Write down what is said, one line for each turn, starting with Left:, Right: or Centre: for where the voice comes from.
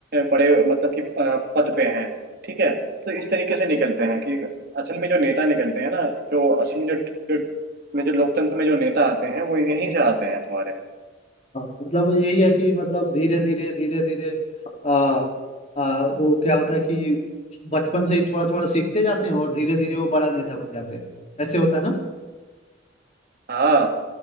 Right: बड़े मतलब कि अ, पद पे हैं ठीक है तो इस तरीके से निकलते हैं कि असल में जो नेता निकलते हैं ना जो असल में जो जो में जो लोकतंत्र में जो नेता आते हैं वो यहीं से आते हैं तुम्हारे
Left: हाँ। मतलब यही है कि मतलब धीरे धीरे धीरे धीरे आ, आ, वो क्या होता है कि बचपन से ही थोड़ा थोड़ा सीखते जाते हैं और धीरे धीरे वो बड़ा नेता बन जाते हैं ऐसे होता है ना
Right: हाँ